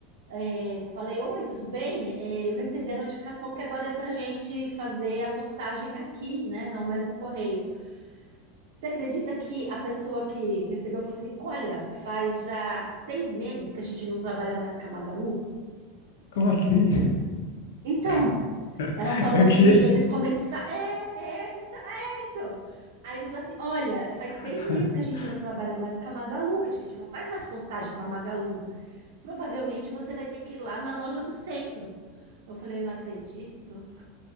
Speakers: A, on the right (about 80°); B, on the left (about 80°).
A: é, falei, oi, tudo bem? É, eu recebi a notificação que agora é pra gente fazer a postagem aqui, né, não mais no correio. Você acredita que a pessoa que recebeu falou assim, olha, faz já seis meses que a gente não trabalha mais com a Magalu?
B: Como assim?
A: Então,
B: <laughs>
A: Ela falou
B: Aqui.
A: que eles começaram. É, é, então, é, então. Aí eles falaram assim: olha, faz
B: <laughs>
A: seis meses que a gente não trabalha mais com a Magalu, que a gente não faz mais postagem para Magalu. Provavelmente você vai ter que ir lá na loja do centro. Eu falei: eu não acredito.